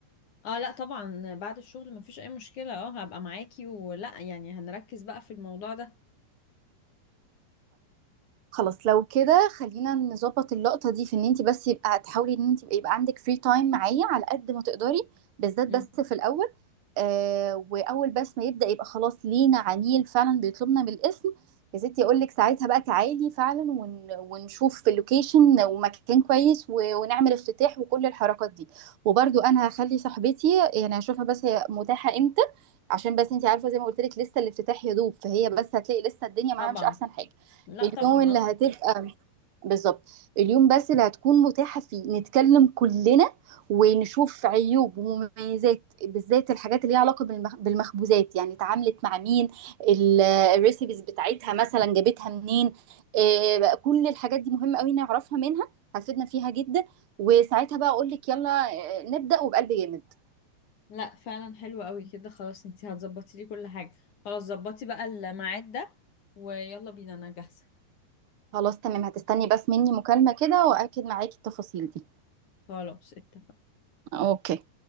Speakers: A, on the left (about 45°); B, on the right (about 55°).
A: اه لا طبعا بعد الشغل مفيش اي مشكلة اه هبقى معاكي ولا يعني هنركز بقى في الموضوع ده
B: خلاص لو كده خلينا نظبط اللقطة دي في ان انت بس يبقى تحاولي ان انت يبقى عندك فري تايم معايا على قد ما تقدري بالذات بس
A: مم.
B: في الاول آه واول بس ما يبدأ يبقى خلاص لينا عميل فعلا بيطلبنا بالاسم يا ستي اقول لك ساعتها بقى تعالي فعلا ون ونشوف في اللوكيشن ومكان كويس و- ونعمل افتتاح وكل الحركات دي وبرضو انا هخلي صاحبتي يعني هشوفها بس هي متاحة امتى عشان بس انت عارفة زي ما قلت لك لسه الافتتاح يا دوب فهي بس هتلاقي لسه الدنيا معاها
A: طبعا
B: مش احسن حاجة
A: لا
B: اليوم
A: طبعا
B: اللي
A: اه
B: هتبقى بالظبط اليوم بس اللي هتكون متاحة فيه نتكلم كلنا ونشوف عيوب ومميزات بالذات الحاجات اللي ليها علاقة بالمخ- بالمخبوزات يعني اتعاملت مع مين ال- الريسيبيز بتاعتها مثلا جابتها منين آه، بقى كل الحاجات دي مهمة قوي نعرفها منها هتفيدنا فيها جدا وساعتها بقى اقول لك يلا آه، نبدأ وبقلب جامد
A: لا فعلا حلو قوي كده خلاص انتي هتظبطي لي كل حاجة خلاص ظبطي بقى الميعاد ده ويلا بينا انا جاهزة
B: خلاص تمام هتستني بس مني مكالمة كده وأكد معاكي التفاصيل دي
A: خلاص اتفقنا
B: اوكي